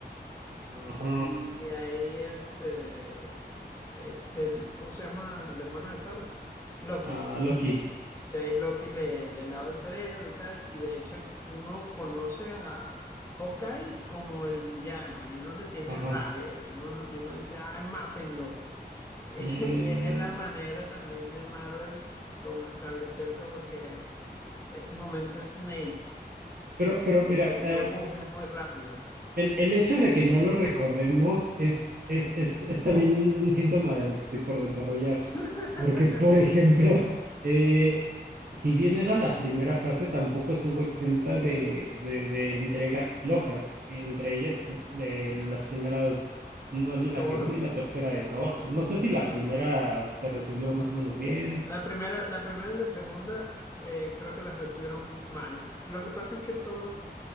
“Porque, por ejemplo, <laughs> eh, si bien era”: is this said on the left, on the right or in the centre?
Right